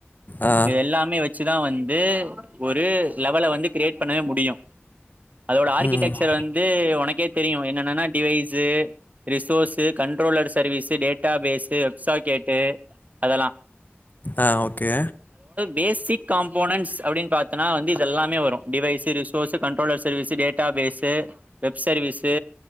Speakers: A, on the left; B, on the right.
A: ஆ
B: இது எல்லாமே வச்சு இதுதா வந்து ஒரு லெவல வந்து கிரியேட் பண்ணவே முடியு அதோட ஆர்கிடெக்சர்
A: ம்
B: வந் உனக்கே தெரியு என்னன்ன device resource controller service data base வெப்சாெகேட் அதெல்லா
A: ஆ ஓகே
B: பேசிக் காம்போனன்ட்ஸ் அப்படின்னு பார்த்தன்னா வந்து இது எல்லாமே வரும் device resource controller service data base web service